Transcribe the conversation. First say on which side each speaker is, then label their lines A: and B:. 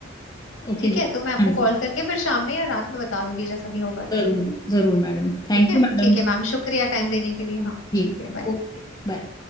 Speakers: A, on the left; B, on the left.
A: ओके
B: ठीक
A: जी
B: है तो मैं आपको
A: हाँ जी
B: कॉल करके फिर शाम में या रात में बता दूंगी जैसा भी होगा तो
A: जरूर जरूर मैडम थैंक
B: ठीक है
A: यू मैडम
B: ठीक है मैम शुक्रिया टाइम देने के लिए हाँ
A: जी
B: शुक्रिया बाय
A: ओके बाय